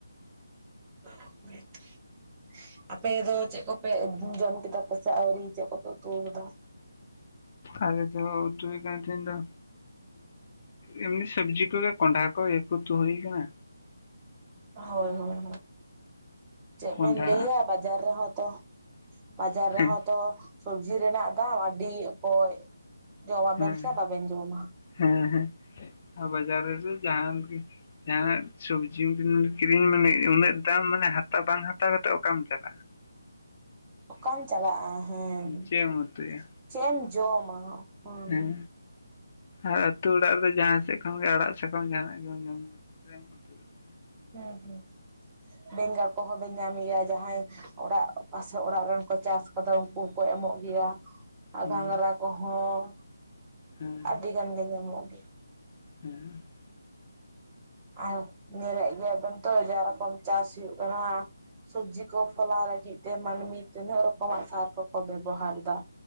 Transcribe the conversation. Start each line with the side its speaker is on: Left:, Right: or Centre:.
Right: <unintelligible> ᱟᱯᱮ ᱫᱚ ᱪᱮᱫ ᱠᱚᱯᱮ ᱡᱚᱢ ᱠᱮᱫᱟ ᱯᱮᱥᱮ ᱟᱹᱣᱨᱤ ᱪᱮᱫ ᱠᱚᱯᱮ ᱩᱛᱩ ᱟᱠᱟᱫᱟ?
Left: ᱟᱞᱮ ᱫᱚ ᱩᱛᱩ ᱦᱩᱭ ᱠᱟᱱᱟ ᱛᱤᱦᱤᱧ ᱫᱚ <inaudible> ᱮᱢᱱᱤ ᱥᱚᱵᱡᱤ ᱠᱚᱜᱮ ᱠᱚᱸᱰᱦᱷᱟ ᱠᱚ ᱤᱭᱟᱹ ᱠᱚ ᱩᱛᱩ ᱦᱩᱭᱩ ᱟᱠᱟᱱᱟ᱾
Right: ᱦᱳᱭ ᱦᱳᱭ ᱪᱮᱫ
Left: ᱠᱚᱸᱰᱷᱟ
Right: ᱵᱮᱱ ᱞᱟᱹᱭᱟ ᱵᱟᱡᱟᱨ ᱨᱮᱦᱚᱸ ᱛᱚ ᱵᱟᱡᱟᱨ ᱨᱮᱦᱚᱸ
Left: ᱦᱮᱸ
Right: ᱛᱚ ᱥᱚᱵᱡᱤ ᱨᱮᱱᱟᱜ ᱫᱟᱢ ᱟᱹᱰᱤ ᱠᱚᱡ ᱡᱚᱢ ᱟᱵᱮᱱ
Left: ᱦᱮᱸ
Right: ᱥᱮ ᱵᱟᱵᱮᱱ ᱡᱚᱢᱟ ᱾
Left: ᱦᱮᱸ ᱦᱮᱸ ᱟᱨ ᱵᱟᱡᱟᱨ ᱨᱮᱫᱚ ᱡᱟᱦᱟᱱ ᱜᱮ ᱡᱟᱦᱟᱸᱱᱟᱜ ᱥᱚᱵᱽᱡᱤ ᱠᱤᱨᱤᱧ ᱢᱟᱱᱮ ᱩᱱᱟᱹᱜ ᱫᱟᱢ ᱢᱟᱱᱮ ᱦᱟᱛᱟᱣ ᱵᱟᱝ ᱦᱟᱛᱟᱣ ᱠᱟᱛᱮᱫ ᱚᱠᱟᱢ ᱪᱟᱞᱟᱜᱼᱟ ᱾
Right: ᱚᱠᱟᱢ ᱪᱟᱞᱟᱜᱼᱟ ᱦᱮᱸ
Left: ᱪᱮᱫ ᱮᱢ ᱩᱛᱩᱭᱟ
Right: ᱾ ᱪᱮᱜ ᱮᱢ ᱡᱚᱢᱼᱟ ᱦᱩ
Left: ᱦᱮᱸ
Right: ᱾
Left: ᱟᱨ ᱟᱹᱛᱩ ᱚᱲᱟᱜ ᱨᱮᱫᱚ ᱡᱟᱦᱟᱸ ᱥᱮᱫ ᱠᱷᱚᱱ ᱜᱮ ᱟᱲᱟᱜ ᱥᱟᱠᱟᱢ ᱡᱟᱦᱟᱱᱟᱜ ᱜᱮᱢ ᱧᱟᱢᱟ <unintelligible>
Right: ᱦᱩᱸ ᱦᱩᱸ ᱵᱮᱸᱜᱟᱲ ᱠᱚᱦᱚᱸ ᱵᱮᱱ ᱧᱟᱢᱮᱭᱟ ᱡᱟᱦᱟᱸᱭ ᱚᱲᱟᱜ ᱯᱟᱥᱮ ᱚᱲᱟᱜ ᱨᱮᱱ ᱠᱚ ᱪᱟᱥ ᱠᱟᱫᱟ ᱩᱱᱠᱩ ᱦᱚᱸᱠᱚ ᱮᱢᱚᱜ ᱜᱮᱭᱟ ᱾ ᱟᱨ
Left: ᱦᱩᱸ
Right: ᱜᱷᱟᱸᱽᱨᱟ ᱠᱚᱦᱚᱸ
Left: ᱦᱮᱸ
Right: ᱟᱹᱰᱤ ᱜᱟᱱ ᱜᱮ ᱧᱟᱢᱚᱜ ᱜᱮᱭᱟ ᱾
Left: <unintelligible>
Right: ᱟᱨ ᱧᱮᱞᱮᱫ ᱜᱮᱭᱟᱵᱮᱱ ᱛᱚ ᱡᱟ ᱨᱚᱠᱚᱢ ᱪᱟᱥ ᱦᱩᱭᱩᱜ ᱠᱟᱱᱟ ᱾ ᱥᱚᱵᱽᱡᱤ ᱠᱚ ᱯᱷᱚᱞᱟᱣ ᱞᱟᱹᱜᱤᱫ ᱛᱮ ᱢᱟᱹᱱᱢᱤ ᱛᱤᱱᱟᱹᱜ ᱨᱚᱠᱚᱢᱟᱜ ᱥᱟᱨ ᱠᱚᱠᱚ ᱵᱮᱵᱚᱦᱟᱨ ᱮᱫᱟ᱾